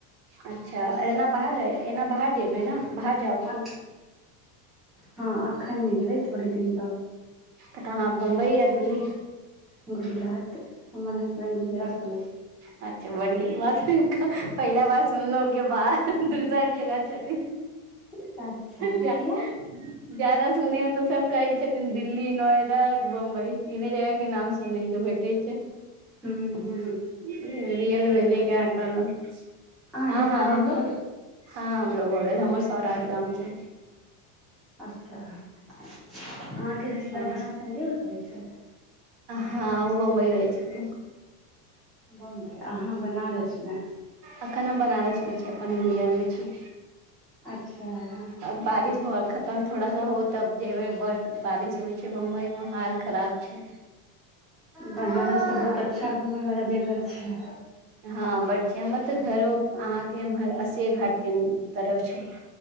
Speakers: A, on the right; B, in the centre.
A: अच्छा एना बाहर रहय एना बाहर जेबै ने बाहर जाब
B: आ हँ एखन नै जेबै थोड़े दिन
A: त तऽ अहाँ बम्बई या दिल्ली
B: गुजरात हमर हसबैंड गुजरात मे रहै
A: अच्छा बड निक बात पहिला बार सुनलोह के बा दोसर जगह छथिन
B: रहै। अच्छा
A: जा
B: किया
A: ज्यादा सुनै हं तो सब कहै छथिन दिल्ली नोएडा बम्बई तीने जगह के नाम सुनै छी भरि ठीक छै
B: हू ह्म
A: रियल भेले के कहलहु
B: अहाँके
A: हँ
B: शादी
A: हँ
B: भऽ गेल
A: हँ हमरो भऽ हमरो सौराठ गाम छै
B: अच्छा अहाँके हसबैंड
A: हँ
B: अहाँ संडेमे रहबै छथि
A: हँ ह बम्बई रहै छथिन
B: बम्बइ अहाँ बनारसमे
A: एखन हम बनारस मे छी अपन नैहरमे छी
B: अच्छा हं
A: अब बारिश ब खतम थोड़ा सा हो तब जेबै बड बारिश होइ छै बम्बई मे हाल खराब छै
B: बनारस तऽ बहुत अच्छा घुमयवला जगह छै
A: हँ बट हमर तऽ घरो अहाँके अस्सी घाट के तरफ छै